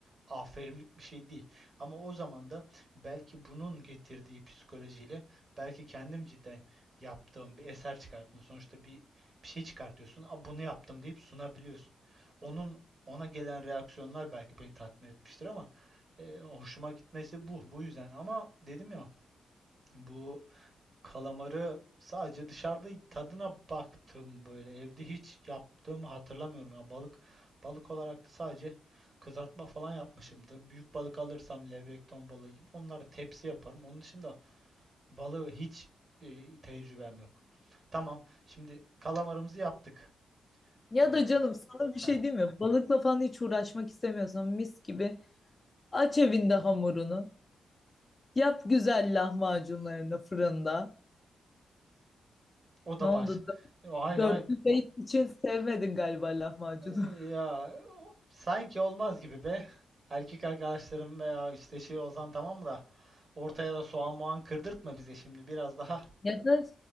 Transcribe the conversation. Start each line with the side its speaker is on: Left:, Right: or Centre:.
Right: aferinlik bir şey değil. Ama o zaman da belki bunun getirdiği psikolojiyle belki kendim cidden yaptığım bir eser çıkartma. Sonuçta bir bir şey çıkartıyorsun. A, bunu yaptım deyip sunabiliyorsun. Onun ona gelen reaksiyonlar belki beni tatmin etmiştir ama e, hoşuma gitmesi bu. Bu yüzden ama dedim ya bu Kalamarı sadece dışarıda tadına baktım böyle. Evde hiç yaptığımı hatırlamıyorum ya. Balık balık olarak da sadece kızartma falan yapmışımdır. Büyük balık alırsam levrek, ton balığı gibi onları tepsi yaparım. Onun dışında balığı hiç e, tecrübem yok. Tamam. Şimdi kalamarımızı yaptık.
Left: Ya
Right: Ee,
Left: da canım sana
Right: heh,
Left: bir şey diyeyim mi? Balıkla falan hiç uğraşmak istemiyorsan mis gibi aç evinde hamurunu. Yap güzel lahmacunlarını fırında.
Right: o da
Left: Ne oldu?
Right: baş. Ay
Left: Dörtlü
Right: ay
Left: date için sevmedin galiba lahmacunu.
Right: Ee, ya o- sanki olmaz gibi be. Erkek arkadaşlarım veya işte şey olsan tamam mı da Ortaya da soğan muğan kırdırtma bize şimdi. Biraz daha
Left: Ya da